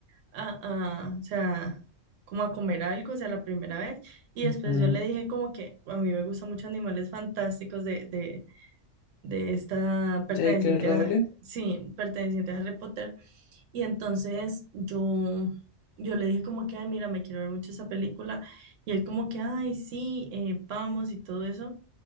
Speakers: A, on the right; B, on the left.
A: a, a, o sea, como a comer algo, o sea, la primera vez, y después
B: Ujú.
A: yo le dije como que a mí me gustan mucho Animales Fantásticos de, de, de esta perteneciente
B: J.K. Rowling,
A: a, sí, perteneciente a Harry Potter, y entonces yo, yo le dije como que, ay, mira, me quiero ver mucho esa película, y él como que, ay, sí, eh, vamos y todo eso.